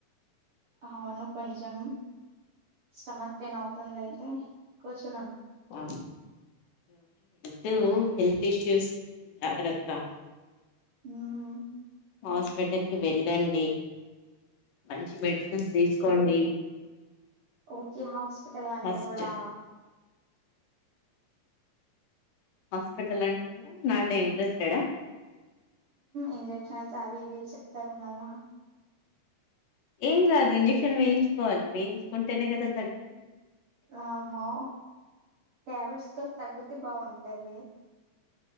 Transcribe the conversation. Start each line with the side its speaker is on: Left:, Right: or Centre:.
Right: అవును కొంచం స్టమక్ పెయిన్ అవుతుంది అయితే కుచ్
Left: ఉమ్ అ హెల్త్ ఇష్యూస్ కొంచెం జాగ్రత్త
Right: మ్మ్
Left: హాస్పి టల్కి వెళ్ళండి మంచి మెడిసిన్స్ తీసుకోండి
Right: ఒకే హాస్పిటల్ అంటే
Left: ఫస్ట్
Right: కూడా
Left: హాస్పిటల్ అంటే కూడా నాట్ ఇంట్రెస్టెడా
Right: ఇంజక్షన్స్ అవి ఇవి చెప్తారు మళ్ళ
Left: ఏం కాదు ఇంజక్షన్ వేయించుకోవాలి వేయించుకుంటేనే కదా తగ్గెది
Right: అమో ట్యాబ్లెట్స్ తో తగ్గుతే బాగుంటాది